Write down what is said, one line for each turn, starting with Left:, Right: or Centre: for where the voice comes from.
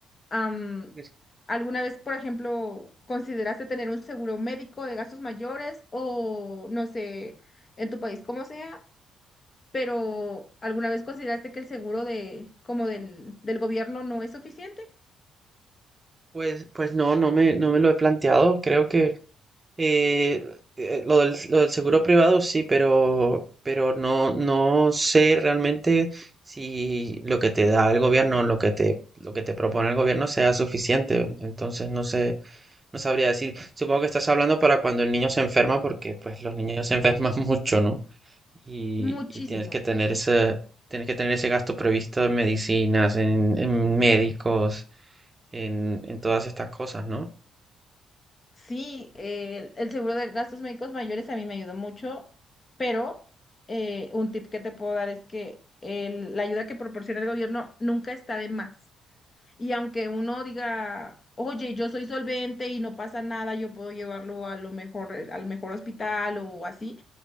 Left: Am,
Right: Es que,
Left: ¿alguna vez, por ejemplo, consideraste tener un seguro médico de gastos mayores o no sé, en tu país como sea, pero alguna vez consideraste que el seguro de como del, del gobierno no es suficiente?
Right: Pues, pues no, no me, no me lo he planteado. Creo que Eh, eh, lo del, lo del seguro privado sí, pero, pero no, no sé realmente si lo que te da el gobierno, lo que te, lo que te propone el gobierno sea suficiente. Entonces no sé, no sabría decir. Supongo que estás hablando para cuando el niño se enferma, porque pues los niños se enferman <laughs> mucho, ¿no? Y,
Left: Muchísimo.
Right: y tienes que tener ese, tienes que tener ese gasto previsto en medicinas, en, en médicos, en, en todas estas cosas, ¿no?
Left: Sí, eh, el seguro de gastos médicos mayores a mí me ayudó mucho, pero eh, un tip que te puedo dar es que el- la ayuda que proporciona el gobierno nunca está de más. Y aunque uno diga, oye, yo soy solvente y no pasa nada, yo puedo llevarlo a lo mejor, eh, al mejor hospital o así,